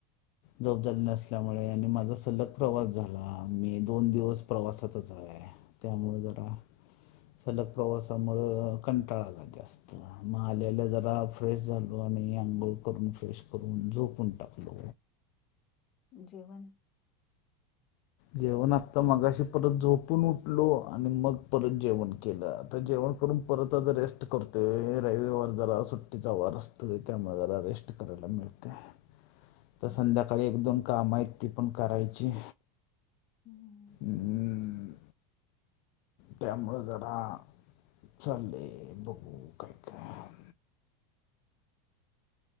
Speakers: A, on the left; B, on the left.
A: झोप झाली नसल्यामुळे आणि माझा सलग प्रवास झाला, मी दोन दिवस प्रवासातच आहे. त्यामुळं जरा सलग प्रवासामुळं कंटाळा आला जास्त. म आल्या आल्या जरा फ्रेश झालो आणि आंघोळ करून, फ्रेश करून, झोपून टाकलो.
B: जेवन?
A: जेवण आत्ता मगाशी, परत झोपून उठलो आणि मग परत जेवण केलं, आता जेव वन करून परत आज रेस्ट करतोय, रविवार जरा सुट्टीचा वार असतोय, त्यामुळे जरा रेस्ट करायला मिळतय, तर
B: हा
A: संध्याकाळी एक दोन काम आहेत, ती पण करायची.
B: हम्म
A: हम्म, त्यामुळे जरा चाललंय, बघू काय काय.